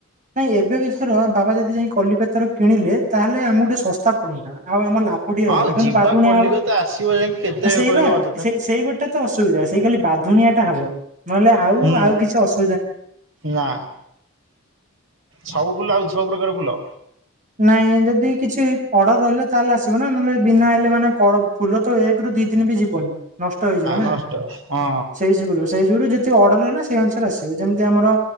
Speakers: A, on the right; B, on the right.
A: ନାଇଁ ଏବେ ବିଷର ବାବା ଯଦି ଯାଇ କଲିକତା ରୁ କିଣିଲେ ତାହେଲେ ଆମକୁ ଟିକେ ଶସ୍ତା ପଡନ୍ତା ଆଉ ଆମ ଲାଭ <unintelligible>
B: ଆଉ ଯିବା
A: ପାଦୁ ନିଆ
B: କଲିକତା
A: ହବ
B: ଆସିବ ଯାଇକି କେତେ
A: ସେଇ
B: କହିଲୁ
A: ବା
B: ଅଯଥା
A: ସେଇ ସେଇ ଗୋଟା ତ ଅସୁବିଧା ସେଇ ଖାଲି ବାଧୁଣିଆ ଟା ହବ। ନହେଲେ ଆଉ
B: ହୁଁ
A: ଆଉ କିଛି ଅସୁ
B: ନା ସବୁ ବୁଲା ହଉଛି ସବୁପ୍ରକାର ଫୁଲ
A: ନାଇଁ ଯଦି କିଛି ଅଡର ରହିଲେ ତାହେଲେ ଆସିବ ନା ନହେଲେ ବିନା ହେଲେ ମାନେ କଣ ଫୁଲ ତ ଏକ ରୁ ଦି ଦିନ ବି ଯିବନି ନଷ୍ଟ ହେଇଯିବ ନା
B: ନଷ୍ଟ ହଁ
A: ସେଇ ଯୋଗୁରୁ ସେଇ ଯୋଗୁରୁ ଯ ଅର୍ଡର ହେଲା ସେଇ ଅନୁସାରେ ଆସିବ ଯେମିତି ଆମର